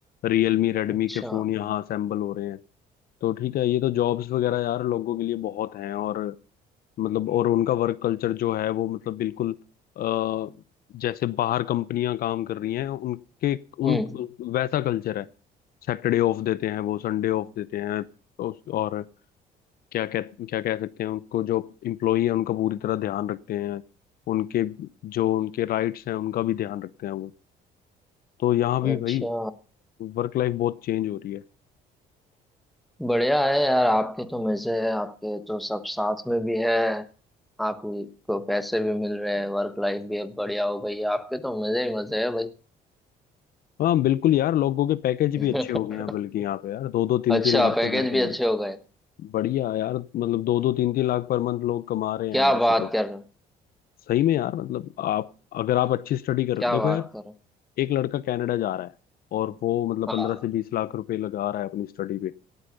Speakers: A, on the left; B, in the centre.
A: रियलमी रेडमी
B: अच्छा
A: के फोन यहाँ असेंबल हो रहे हैं तो ठीक है ये तो जॉब्स वगैरह यार लोगों के लिए बहुत हैं और मतलब और उनका वर्क कल्चर जो है वो मतलब बिल्कुल अ, जैसे बाहर कंपनियां काम कर रही हैं उनके उन
B: हम्म
A: वैसा कल्चर है सैटरडे ऑफ देते हैं वो संडे ऑफ देते हैं और और क्या कह क्या कह सकते हैं उनको जो इम्प्लॉई है उनका पूरी तरह ध्यान रखते हैं उनके जो उनके राइट्स हैं उनका भी ध्यान रखते हैं वो तो यहाँ भी
B: अच्छा
A: भाई वर्क लाइफ बहुत चेंज हो रही है
B: बढ़िया है यार आपके तो मजे है आपके तो सब साथ में भी है आपको पैसे भी मिल रहे हैं वर्क लाइफ भी अब बढ़िया हो गई है आपके तो मजे ही मजे है भाई
A: हाँ बिल्कुल यार लोगों के पैकेज
B: <laughs>
A: भी अच्छे हो गए हैं बल्कि यहाँ पे यार दो दो तीन
B: अच्छा
A: तीन लाख
B: पैकेज
A: के पैकेज
B: भी अच्छे हो गए
A: बढ़िया यार मतलब दो दो तीन तीन लाख पर मंथ लोग कमा रहे हैं
B: क्या
A: वैसे
B: बात
A: तो
B: कर रहे हो
A: सही में यार मतलब आप अगर आप अच्छी स्टडी कर
B: क्या
A: देखो
B: बात
A: यार
B: कर रहे हो
A: एक लड़का कनाडा जा रहा है और वो मतलब
B: हाँ
A: पंद्रह से बीस लाख रुपए लगा रहा है अपनी स्टडी पे